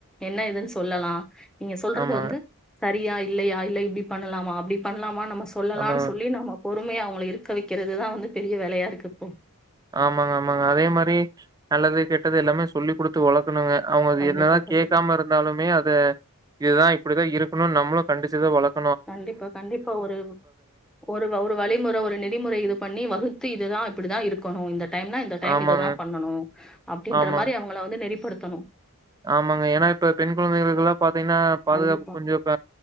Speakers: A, in the centre; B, on the right.
A: என்ன இதுன் சொல்லலா நீங்க சொல்றது
B: ஆமாங்க.
A: வந்து சரியா இல்லையா இல்ல இப்டி பண்ணலாமா அப்டி பண்ணலாமா நம்ம சொல்லாம்னு
B: அதான்.
A: சொல்லி நம்ம பொறுமையா அவங்கள இருக்க வக்கிறதுதா வந்து பெரிய வேலையா இருக்கு இப்போ
B: ஆமாங்க ஆமாங்க அதே மாரி நல்லது கெட்டது எல்லாமே சொல்லி குடுத்து வளக்கணுங்க அவங்க அது
A: கண்டிப்பா
B: என்னதா
A: கண்டிப்பா
B: கேக்காம இருந்தாலுமே அத இதுதா இப்டிதா இருக் உ நம்ளு கன்டிச்சுதா வளங்
A: கண்டிப்பா கண்டிப்பா ஒரு ஒரு ஒரு வழிமுற ஒரு நெறிமுறை இது பண்ணி வகுத்து இதுதா இப்படித்தா இருக்கணு இந்த டைம்னா இந்த டைம்
B: ஆமாங்க.
A: இது தா பண்ணனு அப்டின்ற
B: ஆமா.
A: மாரி அவங்கள வந்து நெரி படுத்தணு
B: ஆமாங்க ஏன்னா இப்ப பெண் குழந்தைகளுக்குலா பாத்தீங்னா பாதுகாப்பு
A: கண்டிப்பா
B: கொஞ்சோ ப